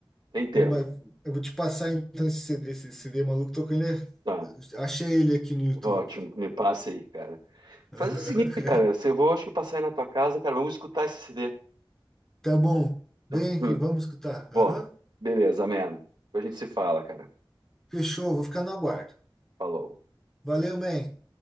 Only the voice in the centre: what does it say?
Numa, eu vou te passar então esse CD, esse CD maluco, tô com ele.
Achei ele aqui no YouTube.
Aham.
<laughs>
Tá bom, vem
aqui, vamos escutar.
Aham.
Fechou, vou ficar no aguardo.
Valeu, man.